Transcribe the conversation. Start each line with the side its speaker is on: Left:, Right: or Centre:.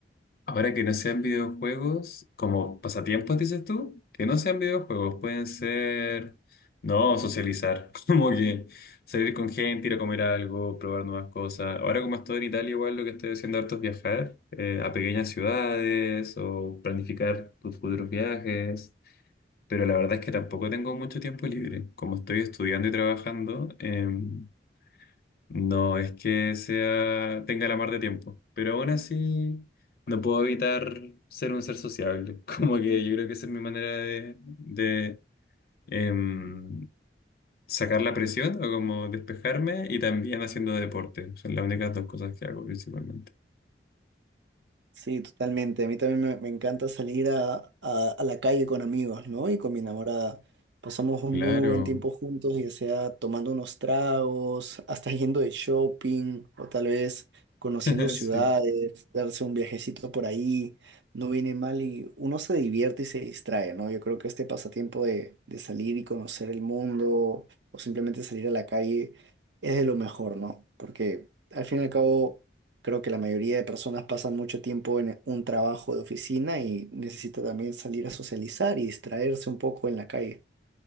Left: Ahora que no sean videojuegos, como pasatiempos, dices tú, que no sean videojuegos, pueden ser, no, socializar, <laughs> como que salir con gente, ir a comer algo, probar nuevas cosas. Ahora como estoy en Italia, igual lo que estoy haciendo harto es viajar eh, a pequeñas ciudades o planificar tus futuros viajes, pero la verdad es que tampoco tengo mucho tiempo libre. Como estoy estudiando y trabajando, em, no es que sea, tenga la mar de tiempo, pero aún así no puedo evitar ser un ser sociable. <laughs> Como que yo creo que esa es mi manera de, de, em, sacar la presión o como despejarme y también haciendo deporte. Son las únicas dos cosas que hago principalmente.
Right: Sí, totalmente. A mí también me, me encanta salir a, a- a la calle con amigos, ¿no? Y con mi enamorada. Pasamos un
Left: Claro,
Right: muy buen tiempo juntos, ya sea tomando unos tragos, hasta yendo de shopping, o tal vez conociendo
Left: <laughs>
Right: ciudades,
Left: sí,
Right: darse un viajecito por ahí. No viene mal y uno se divierte y se distrae, ¿no? Yo creo que este pasatiempo de, de salir y conocer el mundo o simplemente salir a la calle es de lo mejor, ¿no? Porque al fin y al cabo Creo que la mayoría de personas pasan mucho tiempo en un trabajo de oficina y necesita también salir a socializar y distraerse un poco en la calle,